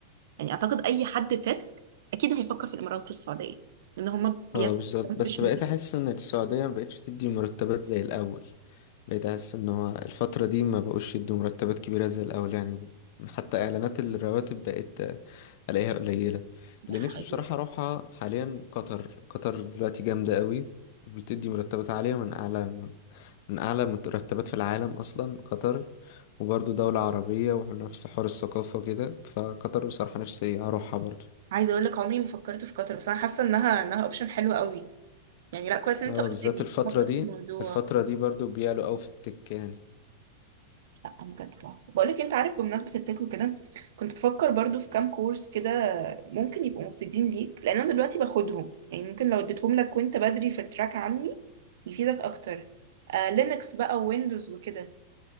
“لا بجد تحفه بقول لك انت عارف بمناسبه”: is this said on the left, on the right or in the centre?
Right